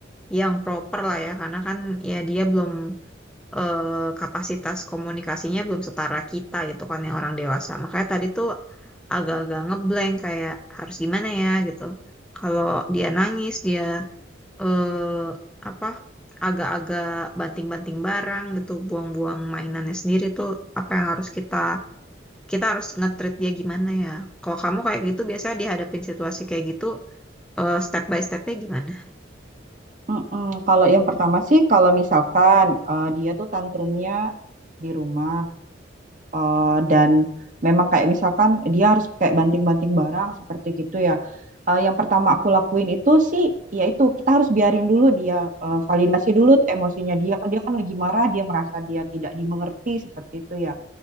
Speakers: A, in the centre; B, on the right (about 45°).
A: yang proper lah ya karena kan ya dia belum eh, kapasitas komunikasinya belum setara kita gitu kan yang orang dewasa makanya tadi tuh agak-agak ngeblank kayak harus gimana ya gitu kalau dia nangis dia eh, apa agak-agak banting-banting barang gitu buang-buang mainannya sendiri tuh apa yang harus kita kita harus nge dia gimana ya kalau kamu kayak gitu biasanya dihadapin situasi kayak gitu eh, step by stepnya gimana?
B: Mm-mm. Kalau yang pertama sih, kalau misalkan eh, dia tuh tantrumnya di rumah, Eh, dan memang kayak misalkan dia harus kayak banting-banting barang seperti gitu ya. Eh, yang pertama aku lakuin itu sih, yaitu kita harus biarin dulu dia eh, validasi dulu tuh emosinya dia kan dia kan lagi marah, dia merasa dia tidak dimengerti seperti itu ya